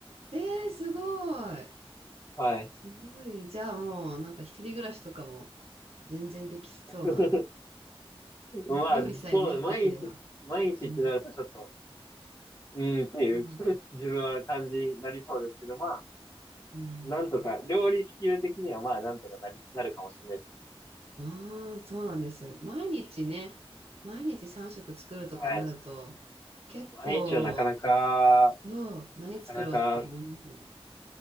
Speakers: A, on the right; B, on the left.
A: ー、えー、すごい。
B: はい。
A: すごい。じゃあもう、なんか一人暮らしとかも全然できそうな。
B: <laughs> まあ、
A: ね、料理さえね、
B: そう、毎日、
A: できれば。
B: 毎日ってなるとちょっと、
A: うん。
B: うーんっていう
A: そう。
B: <laughs> 自分は感じになりそうですけど、まあ、
A: うん。
B: なんとか、料理スキル的にはまあ、なんとかなり、なるかもしれないですよ。
A: ああ、そうなんですよ。毎日ね、毎日3食作るとかなると、
B: はい。
A: 結構、
B: 毎日はなかなか、
A: どう、何作ろうって思います。
B: なかなか、